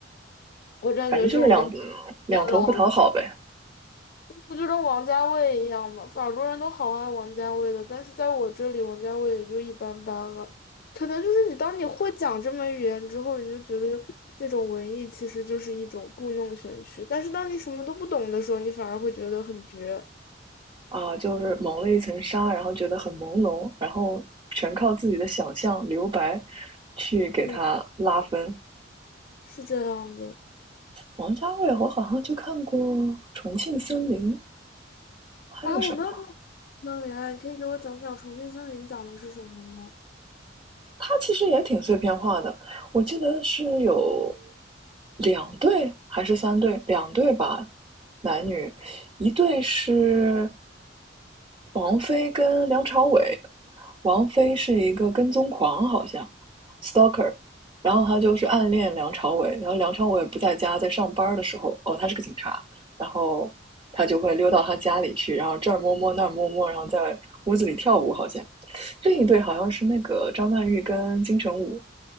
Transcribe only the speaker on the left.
我感觉这种东西。
天呐，不就跟王家卫一样吗？法国人都好爱王家卫的，但是在我这里，王家卫也就一般般了。可能就是你当你会讲这门语言之后，你就觉得这种文艺其实就是一种故弄玄虚。但是当你什么都不懂的时候，你反而会觉得很绝。
嗯，是这样的。
啊，我没有看过《重庆森林》啊，你可以给我讲讲《重庆森林》讲的是什么吗？